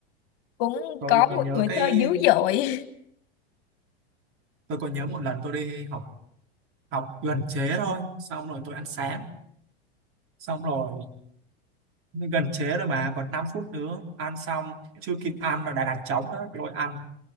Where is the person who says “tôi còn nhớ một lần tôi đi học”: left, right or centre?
Right